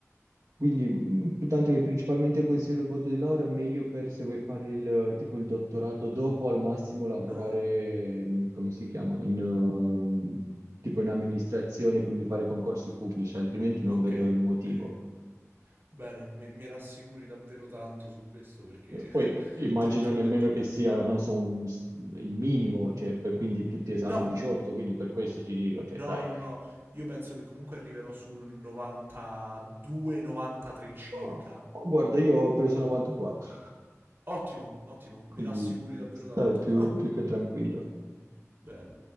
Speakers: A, on the right; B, on the right.
A: Quindi, mh, tanto che principalmente considero il voto di laurea meglio per se vuoi fare il, tipo il dottorato dopo al massimo lavorare,
B: No,
A: mh, come si chiama, in, ehm, tipo in amministrazione, quindi fare concorsi pubblici, altrimenti non
B: ok,
A: vedo il motivo.
B: ok. Bene, mi, mi rassicuri davvero tanto su questo perché
A: Eh, Poi
B: <laughs>
A: immagino
B: te, te l'ho
A: nemmeno
B: detto,
A: che sia,
B: è una paura.
A: non so, un s- il minimo, cioè, per, quindi tutti esami
B: No,
A: 18,
B: no,
A: quindi per questo ti dico,
B: no,
A: cioè, dai.
B: no, no. Io penso che comunque arriverò sul 92-93 circa.
A: Oh, oh, guarda, io ho preso 94,
B: Ottimo, ottimo,
A: quindi
B: mi rassicuri davvero
A: stai
B: tanto.
A: più
B: <laughs>
A: più che tranquillo.
B: Bene.